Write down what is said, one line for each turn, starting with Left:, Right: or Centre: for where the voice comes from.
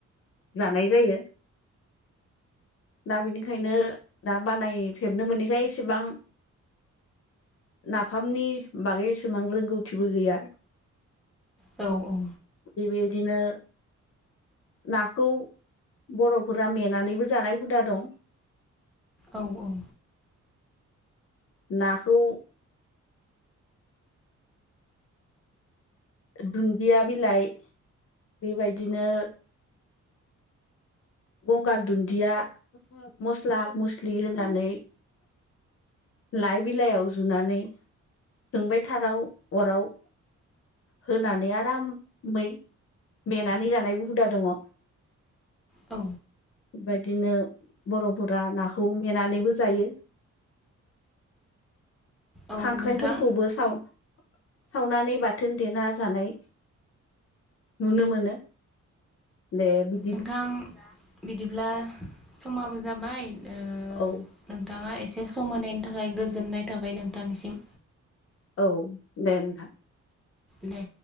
Left: जानाय जायो। दा बेनिखायनो दा बानायफेबनो मोनैखाय एसेबां नाफामनि बागै एसेबांबो रोंगौथिबो गैया।
Centre: औ औ
Left: बे बेदिनो नाखौ बर'फोरा मेन नानैबो जानाय हुदा दं।
Centre: औ औ।
Left: नाखौ दुन्दिया बिलाइ बेबायदिनो गंगार दुन्दिया, मस्ला मस्लि होनानै लाइ बिलाइयाव जुनानै जोंबाय थाराव अराव होनानै आरामै मेनानै जानायबो हुदा दंङ।
Centre: औ
Left: बेबायदिनो बर'फोरा नाखौ मेनानैबो जायो।
Centre: औ
Left: खांख्राइफोरखौबो
Centre: नोंथां
Left: साव-सावनानै बाथोन देना जानाय नुनो मोनो दे बिद
Centre: नोंथां बिदिब्ला समाबो जाबाय ओ
Left: औ
Centre: नोंथाङा एसे सम होनायनि थाखाय गोजोननाय थाबाय नोंथांनिसिम।
Left: औ दे नोंथां।
Centre: दे।